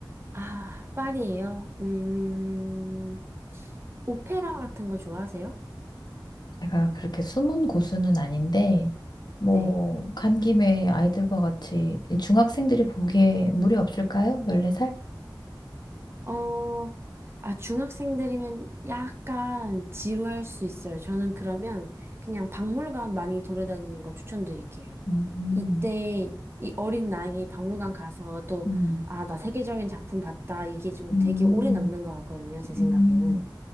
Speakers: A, on the right; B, on the left.
A: 아, 파리예요. 음, 오페라 같은 거 좋아하세요?
B: 제가 그렇게 숨은 고수는 아닌데, 뭐,
A: 네.
B: 간 김에 아이들과 같이 이 중학생들이 보기에 무리 없을까요? 14살?
A: 어, 아, 중학생들이면 약간 지루할 수 있어요. 저는 그러면 그냥 박물관 많이 돌아다니는 거 추천드릴게요.
B: 음,
A: 이때 이 어린 나이에 박물관 가서 또,
B: 음,
A: 아, 나 세계적인 작품 봤다. 이게 좀
B: 음,
A: 되게 오래 남는 것 같거든요. 제 생각에는.
B: 음,